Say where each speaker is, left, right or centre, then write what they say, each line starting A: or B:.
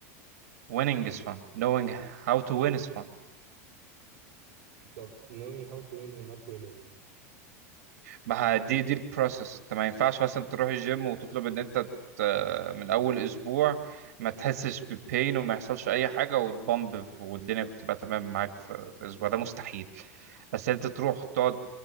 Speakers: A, on the right (about 75°); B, on the right (about 50°).
A: winning is fun knowing how to win is fun
B: طب knowing how to win or not winning
A: ما ه- دي دي البروسس انت ما ينفعش مثلا تروح الجيم وتطلب ان انت ت- من اول اسبوع ما تحسش ببين وما يحصلش اي حاجه وتبامب ف- والدنيا تبقى تمام معاك في في اسبوع ده مستحيل بس انت تروح تقعد